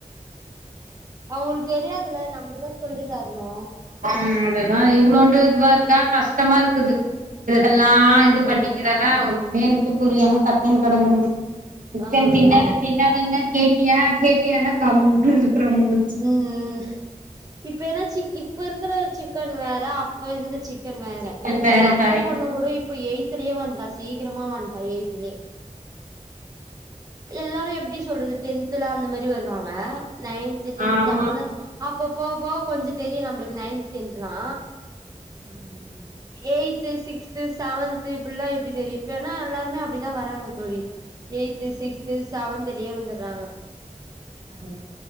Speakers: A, on the right; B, on the right.
A: அவங்களு தெரியாதுல நம்முதா சொல்லி தர்ணு
B: ம் அதுதா இவ்ளூண்டு இதுவா இருக்கா கஷ்டமா இருக்குது ட்ரெஸல்லா
A: ம்
B: இது பண்ணி
A: ம்
B: இல்லனா ஒண்ணமே எனக்கு புரியாம கத்தின்னு கெடக்கறது சிக்கன்
A: ஆ
B: தின்னாத
A: ஆ
B: தின்னாதனா கேட்டியா கேட்டியானா கம்முனு இருக்றோ முள்ச்
A: ம் ம் இப் ஏனாச்சி இப்ப இருக்குற சிக்கன் வேற அப் இருந்த சிக் கன் வேற
B: சிக்கன் வேற
A: எங் அத்த
B: கரைக்கு
A: பொண்ணு கூட இப்ப எய்த்துலயே வந்ட்டா சீக்கிரமா வந்ட்டா எய்த்துலே எல்லாரு எப்டி சொல்றது டென்த்லா அந்த மேரி வருவாங்க நைன்த்து டென்த்
B: ஆமா
A: அப்பதா அப்ப போக போக கொஞ்சோ தெரியு நம்முளுக்கு நைன்த்து டென்த்லா
B: ம் ம்
A: எய்த்து சிக்ஸ்த்து சவன்த்து இப்புல்லா எப்டி தெரி இப்பன்னா எல்லாருமே அப்டிதா வராங்க தோழி எய்த்து சிக்ஸ்து சவன்து டே வந்துர்றாங்க
B: அஉ